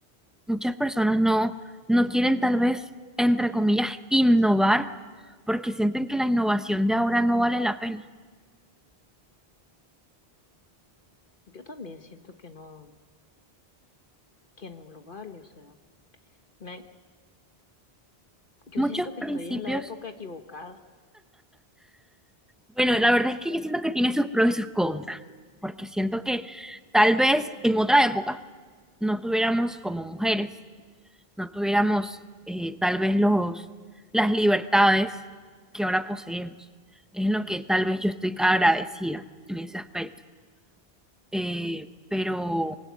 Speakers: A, in the centre; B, on the left.
A: Muchas personas no, no quieren tal vez, entre comillas, innovar porque sienten que la innovación de ahora no vale la pena.
B: Yo también siento que no, que no lo vale, o sea. Me, Yo
A: Muchos
B: siento que
A: principios,
B: estoy en la época equivocada.
A: bueno, la verdad es que yo siento que tiene sus pros y sus contras, porque siento que tal vez en otra época no tuviéramos como mujeres no tuviéramos eh, tal vez los, las libertades que ahora poseemos. Es en lo que tal vez yo estoy agradecida en ese aspecto. Eh, pero,